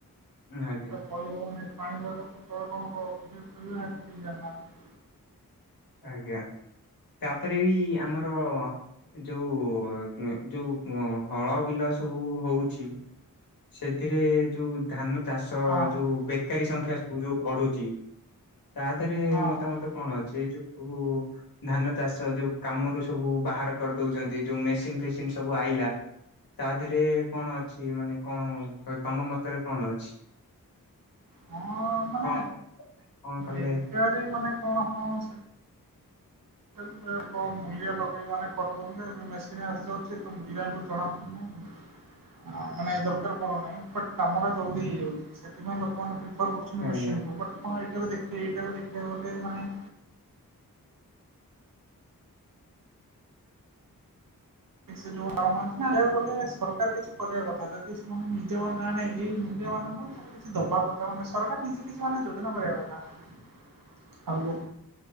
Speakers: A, on the left (about 80°); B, on the right (about 65°).
A: ମ ଆଜ୍ଞା।
B: କହିବ ପାଣିର କେତେବେଳେ କଣ ବିଜନେସ୍ କରିବ ସେଟା କେହି ଜାଣିନାହାନ୍ତି।
A: ଆଜ୍ଞା ତାପରେ ବି ଆମର ଯୋଉ ଯୋଉ ହଳ ବିଲ ସବୁ ହଉଛି। ସେଥିରେ ଯୋଉ ଧାନ ଚାଷ
B: ହଁ
A: ଯୋଉ ବେକାରୀ ସଂଖ୍ୟା ସବ ଯୋଉ ବଢୁଛି ତା ଦେହରେ
B: ହଁ
A: ମତାମତ। କଣ ଅଛି ଏଇ ଯୋଉ ଧାନ ଚାଷ ଯୋଉ କାମରୁ ସବୁ ବାହାର କରିଦଉଚନ୍ତି, ଯୋଉ ମେସିନ ଫେସିନ ସବୁ ଆଇଲା ତାଧେରେ କଣ ଅଛି ମାନେ କଣ ତମ ମତରେ କଣ ଅଛି?
B: ହଁ ମାନେ,
A: କଣ କଣ କଲେ
B: ବେକାରୀ ମାନେ କଣ ହଁ ସେ ତଥାପି କହିଆକୁ କମ୍ ମୂଲିଆ ଲଗେଇକି ମାନେ କରିଦଉଥିଲେ। ଏବେ ମେସିନ୍ ଆସିଯାଉଛି ତ ମୂଲିଆଙ୍କୁ ଜଣାପଡ଼ୁନାହିଁ ହଁ ମାନେ ଦରକାର ପଡୁନାହିଁ। ବଟ୍ କାମଟା ଜଲଦି ହେଇଯାଉଛି, ସେଥିପାଇଁ ଲୋକମାନେ ପ୍ରି ଫର୍ କରୁଛନ୍ତି
A: ଆଜ୍ଞା
B: ମେସିନକୁ। ବଟ୍ ଆପଣ ଏଇଟାକୁ ଦେଖେଇ ଏଇଟାକୁ ଦେଖିଆକୁ ଗଲେ ମାନେ ସେ ଯୋଉମାନେ ପାଉନାହାଁନ୍ତି ନା, କହିଆକୁ ଗଲେ ସରକାର କିଛି କରିଆ କଥା। ଯଦି ସେମାନେ ନିଜେ ବୋ ନେ ଏଇ ମୂଲିଆମାନଙ୍କୁ କିଛି ଦବା କଥା ମାନେ ସରକାର ନିଜେ କିଛି ମାନେ ଯୋଜନା କରିବା କଥା। ଆଉ ଲୋକ